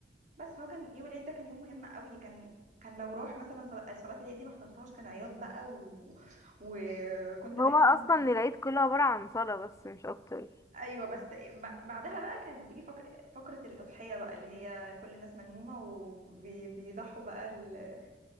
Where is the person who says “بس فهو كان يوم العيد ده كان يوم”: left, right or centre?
Right